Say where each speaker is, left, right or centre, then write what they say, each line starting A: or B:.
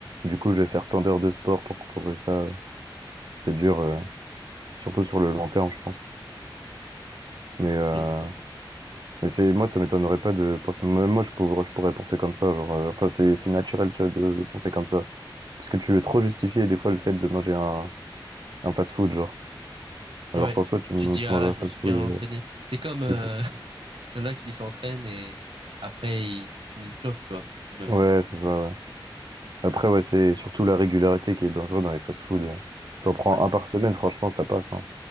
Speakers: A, on the right (about 55°); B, on the right (about 80°).
A: Du coup, je vais faire tant d'heures de sport pour compenser ça. C'est dur, euh, surtout sur le long terme, je pense.
B: ouais,
A: Mais, euh,
B: je suis d'accord.
A: mais c'est, moi, ça m'étonnerait pas de penser, même moi, je pourrais, je pourrais penser comme ça. Genre, euh, enfin, c'est, c'est naturel, tu vois, de, de penser comme ça. Parce que tu veux trop justifier, des fois, le fait de manger un, un fast-food, genre. Alors
B: Ouais.
A: qu'en soi, tu,
B: Tu te diras,
A: tu manges
B: là, je
A: un fast-food.
B: me suis bien entraîné.
A: euh,
B: C'est comme euh,
A: qui-
B: <laughs> il y en a qui s'entraînent et après ils, ils fument une clope, tu vois. C'est le même
A: Ouais,
B: raisonnement.
A: c'est
B: Y a
A: ça, ouais. Après, ouais, c'est surtout la
B: pas
A: régularité
B: de logique.
A: qui est dangereuse dans les fast-foods. T'en prends
B: Ouais,
A: un par semaine, franchement, ça passe, hein.